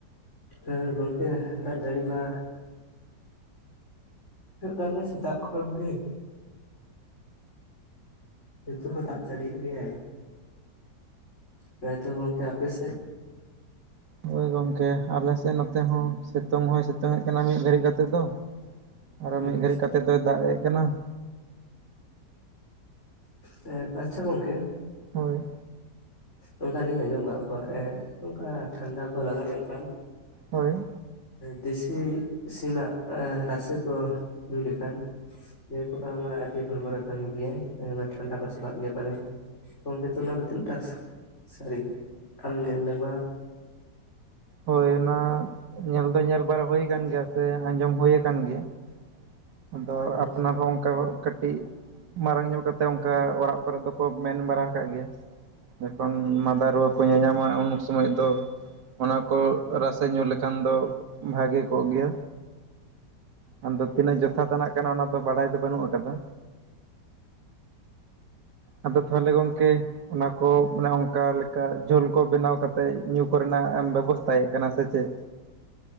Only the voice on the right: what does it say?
ᱦᱚᱳᱭ ᱜᱚᱝᱠᱮ ᱟᱠᱮ ᱥᱮᱫ ᱱᱚᱛᱮ ᱦᱚᱸ ᱾ ᱥᱤᱛᱩᱝ ᱦᱚᱸᱭ ᱥᱤᱛᱩᱝ ᱮᱫ ᱠᱟᱱᱟ ᱢᱤᱫ ᱜᱷᱟᱹᱲᱤᱡ ᱠᱟᱛᱮᱫ ᱫᱚ, ᱟᱨᱚ
ᱢᱤᱫ ᱜᱷᱟᱹᱲᱤᱡ ᱠᱟᱛᱮᱫ ᱫᱚᱭ ᱫᱟᱜ ᱮᱜ ᱠᱟᱱᱟ ᱾
ᱦᱳᱭ ᱾
ᱦᱳᱭ ᱾
ᱦᱳᱭ ᱚᱱᱟ ᱧᱮᱞ ᱫᱚ ᱧᱮᱞ ᱵᱟᱲᱟ ᱦᱩᱭ ᱟᱠᱟᱱ ᱜᱮᱭᱟ ᱥᱮ ᱟᱸᱡᱚᱢ ᱦᱩ ᱟᱠᱟᱱ ᱜᱮᱭᱟᱢ ᱾ ᱟᱫᱚ
ᱟᱯᱱᱟᱨ ᱦᱚᱸ ᱚᱱᱠᱟ ᱠᱟᱹᱴᱤᱡ ᱢᱟᱨᱟᱝ ᱧᱚᱜ ᱠᱟᱛᱮᱜ ᱚᱱᱠᱟ ᱚᱲᱟᱜ ᱠᱚᱨᱮᱜ ᱫᱚᱠᱚ ᱢᱮᱱ ᱵᱟᱲᱟ ᱟᱠᱟᱫ ᱜᱮᱭᱟ ᱾ ᱡᱚᱠᱷᱚᱱ ᱢᱟᱸᱫᱟ ᱨᱩᱣᱟᱹ ᱠᱚ ᱧᱟᱧᱟᱢᱟᱸ ᱩᱱ ᱥᱚᱢᱚᱭ ᱫᱚ ᱚᱱᱟ ᱠᱚ ᱨᱟᱥᱮ ᱧᱩᱸ ᱞᱮᱠᱷᱟᱱ ᱫᱚ ᱵᱷᱟᱜᱮ ᱠᱚᱜ ᱜᱮᱭᱟ ᱾ ᱟᱫᱚ ᱛᱤᱱᱟᱹᱜ ᱡᱚᱛᱷᱟᱛ ᱟᱱᱟᱜ ᱠᱟᱱᱟ ᱚᱱᱟ ᱫᱚ ᱵᱟᱰᱟᱭ ᱫᱚ ᱵᱟᱹᱱᱩᱜ ᱟᱠᱟᱫᱟ᱾ ᱟᱫᱚ ᱛᱟᱦᱚᱞᱮ ᱜᱚᱝᱠᱮ ᱚᱱᱟ ᱠᱚ ᱢᱟᱱᱮ ᱚᱱᱠᱟ ᱞᱮᱠᱟ ᱡᱷᱳᱞ ᱠᱚ ᱵᱮᱱᱟᱣ ᱠᱟᱛᱮᱫ ᱧᱩᱸ ᱠᱚᱨᱮᱱᱟᱜ ᱮᱢ ᱵᱮᱵᱚᱥᱛᱟᱭᱮᱫ ᱠᱟᱱᱟ ᱥᱮ ᱪᱮᱫ?